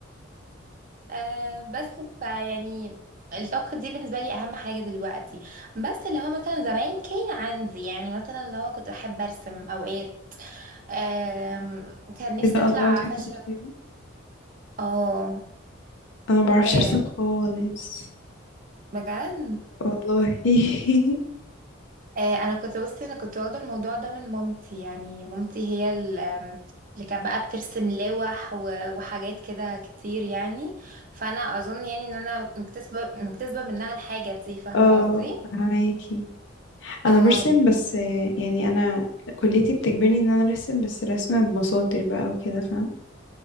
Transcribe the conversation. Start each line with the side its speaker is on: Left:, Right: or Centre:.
Right: آه بس فيعني الطبخ دي بالنسبه لي اهم حاجه دلوقتي بس اللي هو مثلا زمان كان عندي يعني مثلا اللي هو كنت بحب ارسم اوقات آم، كان نفسي
Left: اذا
Right: اطلع
Left: الله بتحبي
Right: فاشن
Left: ترسمي
Right: اه
Left: انا ما بعرفش
Right: آه،
Left: ارسم خالص
Right: بجد
Left: والله <laughs>
Right: آه انا كنت بصي انا كنت واخده الموضوع ده من مامتي يعني مامتي هي ال- آم، اللي كانت بقى بترسم لوح و- وحاجات كده كتير يعني فانا اظن يعني ان انا مكتسبه مكتسبه منها الحاجه دي فاهمه
Left: اه
Right: قصدي
Left: فهماكي انا
Right: اه
Left: برسم بس آه، يعني انا كليتي بتجبرني ان انا ارسم بس رسمة بمساطر بقى وكده فاهم